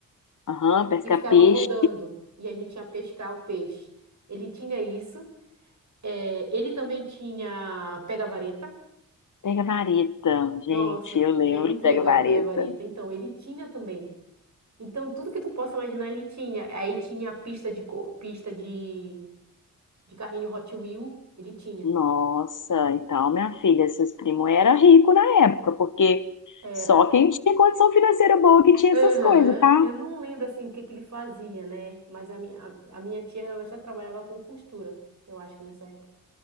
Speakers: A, on the left; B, on the right.
A: aham, pesca-peixe.
B: que ficava rodando e a gente ia pescar o peixe. Ele tinha isso, é, ele também tinha pega-vareta.
A: Pega vareta, gente,
B: Nossa,
A: eu lembro
B: é muito
A: de pega
B: legal
A: vareta.
B: pegar vareta. Então, ele tinha também. Então, tudo que tu possa imaginar ele tinha. Aí tinha a pista de, co- pista de, de carrinho Hot Wheel, ele tinha.
A: Nossa, então minha filha, seus primos eram ricos na época, porque
B: Era.
A: só quem tinha condição financeira boa que tinha
B: Aham.
A: essas coisas, tá?
B: Eu não lembro, assim, o que que ele fazia, né? Mas a minha, a, a minha tia, ela já trabalhava com costura, eu acho que nessa época.